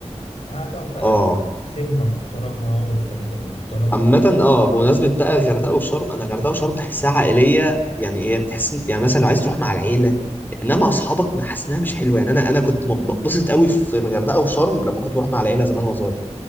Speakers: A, on the left; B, on the left.
A: هتقعد بقى
B: آه.
A: خدمه محترمه والفنادق محترمه
B: عامة اه بمناسبة بقى غردقة وشرم انا غردقة وشرم بحسها عائلية يعني هي بتحس يعني مثلا لو عايز تروح مع العيلة انما مع اصحابك ما حاسس انها مش حلوه يعني انا انا كنت م- بتبسط قوي في الغردقه وشرم لما كنت بروح مع العيله زمان وانا صغير